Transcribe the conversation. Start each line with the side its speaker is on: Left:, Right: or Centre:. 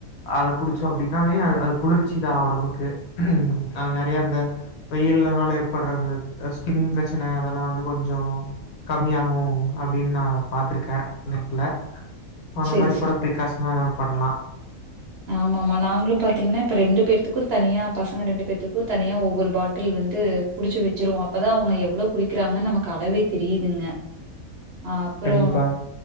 Left: அத குடிச்சோ அப்டின்னாவே அ அது குளிர்ச்சிதா ஒடம்புக்கு அது நெறைய அந்த வெயில் னால ஏற்பட்றந்த ஸ்கின் பிரச்சன அதெல்லா வந்து கொஞ்சோ கம்மியாகு அப்டின் நா பா்த்திருக்க நெட்ல அந்த
Right: செரி
Left: மாரி கூட பிரிகாஷன லெவல் பண்லா
Right: ஆமா ஆமா நாங்ளு பாத்தீங்ன்னா இப்ப ரெண்டு பேர்த்துக்கு தனியா பசங்க ரெண்டு பேர்த்துக்கு தனியா ஒவ்வொரு பாட்டில் வந்து வந்து புடிச்சு வச்சிருவோ அப்பதா அவுங்க எவ்ளோ குடிக்கிறாங்கன்னு நமக்கு அளவே தெரியுதுங்க அ அப்புறோ
Left: கண்டிப்பா.